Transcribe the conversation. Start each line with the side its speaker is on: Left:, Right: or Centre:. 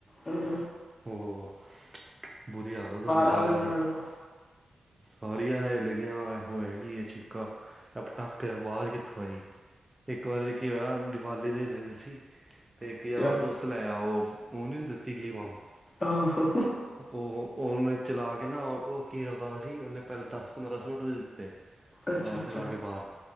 Left: ਹਮ।
Right: ਉਹ ਬੁਰੀ ਆਦਤ ਹੋ ਗਈ ਸਾਰਿਆਂ
Left: ਆ ਗਏ ਨੇ
Right: ਦੀ।
Left: ਮੈਡਮ
Right: ਸਾਰੀਆਂ ਹਿਲਗੀਆਂ ਹੋਇਆ ਕੀ ਚੀਕਾ ਇਹ ਪਟਾਕੇ ਆਵਾਜ਼ ਕਿੱਥੋਂ ਆਈ। ਇੱਕ ਵਾਰੀ ਤਾਂ ਕੀ ਹੋਇਆ ਦੀਵਾਲੀ ਦੇ ਦਿਨ ਸੀ। ਅਤੇ ਇੱਕ
Left: ਅੱਛਾ
Right: ਯਾਰ ਤੁਸੀ ਲੈ ਆਓ ਉਹ ਨਹੀਂ ਹੁੰਦੇ ਤੀਲੀ ਬੰਬ।
Left: ਹਾਂ।
Right: ਉਹ ਉਹਹਨੇ ਚਲਾ ਕੇ ਨਾ ਉਹ ਕੀ ਕਰਦਾ ਵਾ ਸੀ ਉਹਨੇ ਪਹਿਲੇ ਦਸ ਪੰਦਰਾਂ ਸੁਟ ਰਪ। ਅਤੇ
Left: ਅੱਛਾ
Right: ਚਲਾ
Left: ਅੱਛਾ
Right: ਕੇ ਚਲਾ ਕੇ ਬਾਹਰ